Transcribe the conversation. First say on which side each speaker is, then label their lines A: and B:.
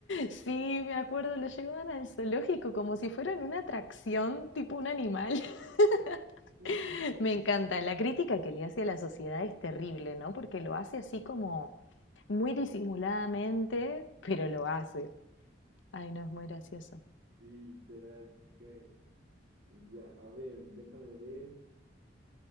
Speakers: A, on the left; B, on the right.
A: Sí, me acuerdo, lo llevaban al zoológico como si fueran una atracción, tipo un animal. <laughs>
B: <laughs>
A: Me encanta. La crítica que le hace a la sociedad es terrible, ¿no? Porque lo hace así como muy disimuladamente, pero lo hace. Ay, no, es muy gracioso.
B: Sí, literal. ok. Ya, a ver, déjame ver,